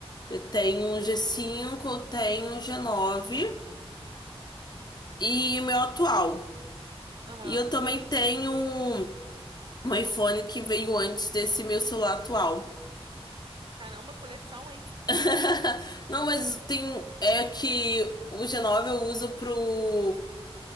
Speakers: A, on the left; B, on the right.
A: Eu tenho um G5, eu tenho um G9 e o meu atual.
B: Aham.
A: E eu também tenho um um iPhone que veio antes desse meu celular atual.
B: Caramba, coleção, hein?
A: <laughs> Não, mas tem. É que o G9 eu uso pro